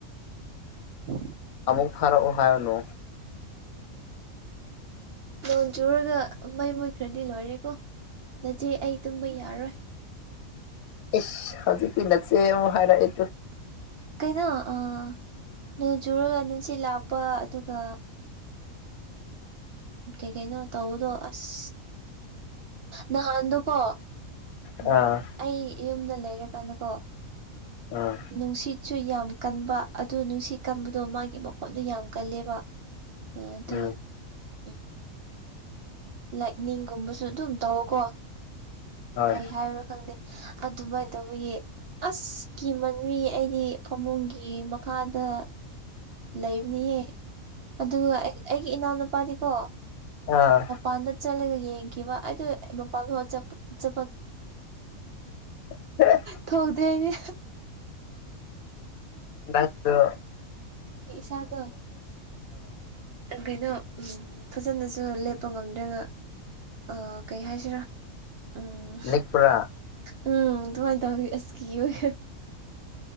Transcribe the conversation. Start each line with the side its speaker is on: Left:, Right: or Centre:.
Right: ꯎ
Left: ꯑꯃꯨꯛ ꯐꯔꯛꯎ ꯍꯥꯏꯔꯅꯨ
Right: ꯂꯣꯟ ꯆꯨꯔꯒ ꯃꯩ ꯃꯨꯠꯈ꯭ꯔꯗꯤ ꯂꯣꯏꯔꯦꯀꯣ ꯅꯆꯦ ꯑꯩ ꯇꯨꯝꯕ ꯌꯥꯔꯣꯏ
Left: ꯏꯁ ꯍꯧꯖꯤꯛꯀꯤ ꯅꯠꯁꯦ ꯑꯃꯨ ꯍꯥꯏꯔꯛꯑꯦ
Right: ꯀꯩꯅꯣ ꯑ ꯅꯣꯡ ꯆꯨꯔꯒ ꯅꯨꯡꯁꯤꯠ ꯂꯥꯛꯄ ꯑꯗꯨꯒ ꯀꯩ ꯀꯩꯅꯣ ꯇꯧꯕꯗꯣ ꯑꯁ ꯅꯍꯥꯟꯗꯨꯀꯣ ꯎꯝ
Left: ꯑꯥ
Right: ꯑꯩ ꯌꯨꯝꯗ ꯂꯩꯔꯀꯅꯨꯀꯣ
Left: ꯎꯝ
Right: ꯅꯨꯡꯁꯤꯠꯁꯨ ꯌꯥꯝ ꯀꯟꯕ ꯑꯗꯨ ꯅꯨꯡꯁꯤꯠ ꯀꯟꯕꯗꯣ ꯃꯥꯒꯤ ꯃꯈꯣꯟꯠꯅ ꯌꯥꯝ ꯀꯜꯂꯦꯕ ꯑꯗꯣ
Left: ꯎꯝ
Right: ꯎꯝ ꯂꯥꯏꯅꯤꯡꯒꯨꯝꯕꯁꯨ ꯑꯗꯨꯝ ꯇꯧꯋꯀꯣ
Left: ꯍꯣꯏ
Right: ꯀꯔꯤ ꯍꯥꯏꯕ꯭ꯔꯣ ꯈꯪꯗꯦ ꯑꯗꯨꯃꯥꯏꯅ ꯇꯧꯧꯕꯒꯤ ꯑꯁꯀꯤ ꯃꯟꯕꯤ ꯑꯩꯗꯤ ꯐꯃꯨꯡꯒꯤ ꯃꯈꯥꯗ ꯂꯩꯕꯅꯤꯍꯦ ꯑꯗꯨꯒ ꯑꯩꯒꯤ ꯏꯅꯥꯎꯅꯨꯄꯥꯗꯤꯀꯣ
Left: ꯑꯥ
Right: ꯃꯄꯥꯟꯗ ꯆꯠꯂꯒ ꯌꯦꯡꯈꯤꯕ ꯑꯩꯗꯣ ꯃꯄꯗ ꯆꯄ
Left: <unintelligible>
Right: ꯊꯣꯛꯣꯡꯇꯦ ꯍꯥꯏꯅꯦ
Left: ꯗꯏꯇ
Right: ꯏꯁꯁꯥꯗ ꯀꯩꯅꯣ ꯐꯖꯅꯁꯨ ꯂꯦꯞꯄ ꯉꯝꯗ꯭ꯔꯒ ꯑ ꯀꯩ ꯍꯥꯏꯁꯤꯔꯥ ꯎꯝ
Left: ꯅꯤꯛꯄ꯭ꯔꯥ
Right: ꯎꯝ ꯑꯗꯨꯃꯥꯏꯅ ꯇꯧꯋ ꯑꯁꯀꯤ ꯑꯣꯏ